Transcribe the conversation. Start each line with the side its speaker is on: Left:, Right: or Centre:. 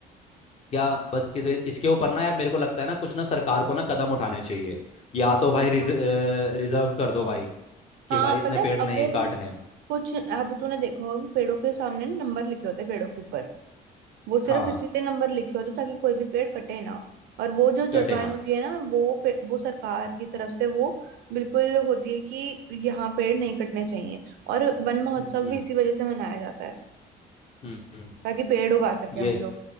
Left: क्या बस किसी इसके ऊपर ना यार मेरे को लगता है ना कुछ ना सरकार को ना कदम उठाने चाहिए या तो भाई रिज,
Right: तार-
Left: रिजर्व कर दो भाई कि
Right: हाँ
Left: भाई इतने
Right: पता
Left: पेड़
Right: है अब
Left: नहीं काटने हैं
Right: कुछ अब तूने देखा होगा कि पेड़ों के सामने ना नंबर लिखे होते हैं पेड़ों के ऊपर वो सिर्फ
Left: हाँ
Right: इसीलिए नंबर लिखे होते हैं ताकि कोई भी पेड़ कटे ना और वो जो
Left: कटे
Right: जगहें
Left: ना
Right: होती है ना वो पे- वो सरकार की तरफ से वो बिल्कुल होती है कि यहाँ पेड़ नहीं कटने चाहिए और वन महोत्सव
Left: हम्म हम्म
Right: भी इसी वजह से मनाया जाता है
Left: हम्म, हम्म,
Right: ताकि पेड़ उगा सके
Left: ये
Right: हम लोग